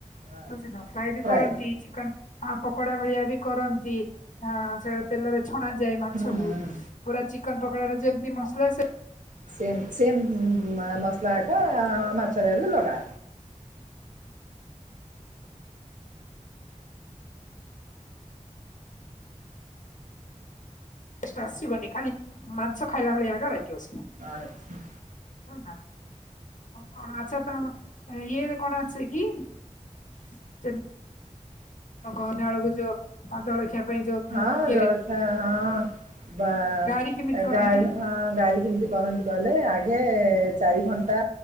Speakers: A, on the right; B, on the left.
A: ହଁ
B: ବୁଝିଲ ଫ୍ରାଏ ବି
A: ଫ୍ରାଇ
B: କରନ୍ତି ଚିକନ୍ ହଁ ପକୋଡା ଭଳିଆ ବି କରନ୍ତି ଆ ସେ ତେଲରେ ଛଣା ଯାଏ ମାଛକୁ
A: ହୁଁ
B: ପୁରା ଚି ପକଡାରେ ଯେମିତି ମସଲା ସେ
A: ସେମ୍ ସେମ୍ ମସଲାଟା ମାଛର ହେଲେ ଲଗା।
B: ଟେଷ୍ଟ ଆସିବନି ଖାଲି ମାଂସ ଖାଇଲା ଭଳିଆ ଏକା ଲାଗିିବ ସେ
A: ଆଚ୍ଛା।
B: ହଁ କଣ ଆଚ୍ଛା ତ ଇ କଣ ଅଛି କି? ଚେମ୍ ତ ଗଧା ବେଳକୁ ଯୋ ଜଳଖିଆ ପାଇଁ ଯୋଉ
A: ହଁ
B: ତିଆରି
A: ଜଳଖିଆ ହଁ ବା
B: ଗାରି କେମିତି କରନ୍ତି
A: ଗାରି ହଁ ଗାରି ଯେମିତି କରନ୍ତି କହିଲେ ଆଗେ ଚାରି ଘଣ୍ଟା